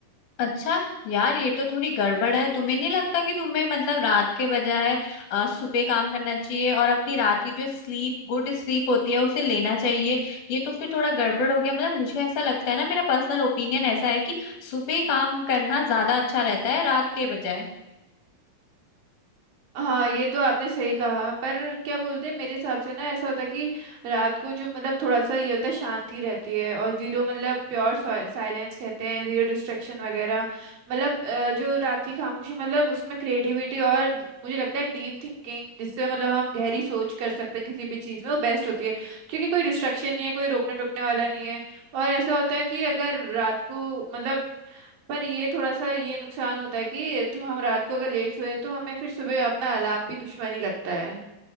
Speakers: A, on the left; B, on the right.
A: अच्छा यार ये तो थोड़ी गड़बड़ है तुम्हें नहीं लगता कि तुम्हें मतलब रात के बजाय अ, सुबह काम करना चाहिए और अपनी रात की जो स्लीप गुड स्लीप होती है उसे लेना चाहिए ये तो फिर थोड़ा गड़बड़ हो गया मतलब मुझे ऐसा लगता है ना मेरा पर्सनल ओपिनियन ऐसा है कि सुबह काम करना ज्यादा अच्छा रहता है रात के बजाय
B: हाँ ये तो आपने सही कहा पर क्या बोलते हैं मेरे हिसाब से ना ऐसा होता है कि रात को जो मतलब थोड़ा सा ये होता है शांति रहती है और जीरो मतलब प्योर साइलेंस कहते हैं जीरो डिस्ट्रैक्शन वगैरह मतलब अ, जो रात की खामोशी मतलब उसमें क्रिएटिविटी और मुझे लगता है डीप थिंकिंग जिससे मतलब हम गहरी सोच कर सकते हैं किसी भी चीज़ में वो बेस्ट होती है क्योंकि कोई डिस्ट्रैक्शन नहीं है कोई रोकने टोकने वाला नहीं है और ऐसा होता है कि अगर रात को मतलब पर ये थोड़ा सा ये नुकसान होता है कि तो हम रात को अगर लेट सोए तो हमें फिर सुबह अपना अलार्म भी दुश्मनी लगता है